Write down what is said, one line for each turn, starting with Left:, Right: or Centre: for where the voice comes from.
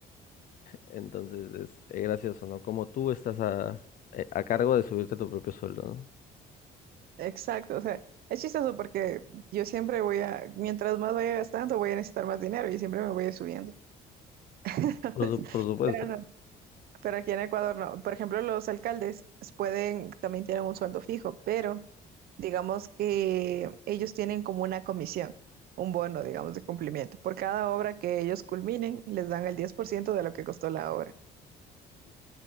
Left: Entonces es, es gracioso, ¿no? Como tú estás a, eh, a cargo de subirte tu propio sueldo, ¿no?
Right: Exacto, o sea, es chistoso porque yo siempre voy a, mientras más vaya gastando, voy a necesitar más dinero y siempre me voy a ir subiendo. <laughs>
Left: Por su- por supuesto.
Right: Pero no, Pero aquí en Ecuador no. Por ejemplo, los alcaldes pueden, también tienen un sueldo fijo, pero digamos que ellos tienen como una comisión, un bono, digamos, de cumplimiento. Por cada obra que ellos culminen, les dan el 10% de lo que costó la obra.